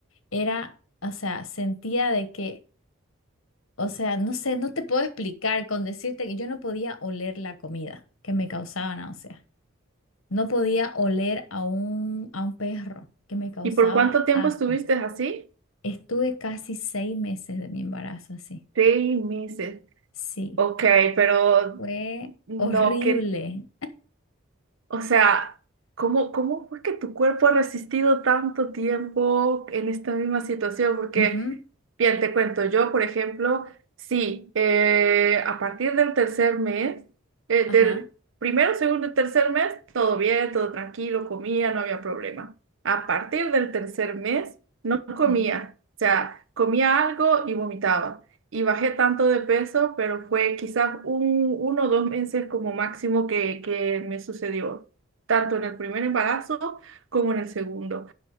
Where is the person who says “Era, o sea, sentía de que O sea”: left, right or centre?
Left